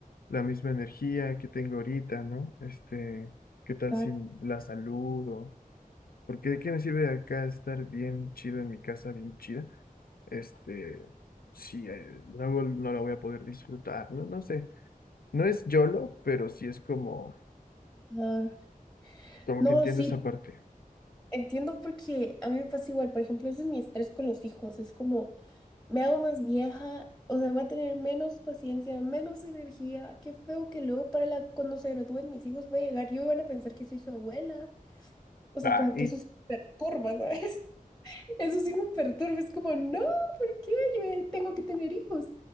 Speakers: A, on the left; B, in the centre.
A: la misma energía que tengo ahorita, ¿no? Este, ¿Qué tal
B: exacto.
A: si la salud o Porque de qué me sirve acá estar bien chido en mi casa, bien chida, este, si eh, luego no la voy a poder disfrutar, no, no sé. No es YOLO, pero sí es como,
B: Ajá.
A: como
B: No,
A: que entiendo
B: sí,
A: esa parte.
B: entiendo porque a mí me pasa igual. Por ejemplo, ese es mi estrés con los hijos. Es como... me hago más vieja, o sea, voy a tener menos paciencia, menos energía. Qué feo que luego para la, cuando se gradúen mis hijos voy a llegar yo y van a pensar que soy su abuela. O sea,
A: Ah,
B: como
A: y
B: que eso sí me perturba, ¿sabes? <laughs> Eso sí me perturba. Es como, no, ¿por qué? Yo ya tengo que tener hijos.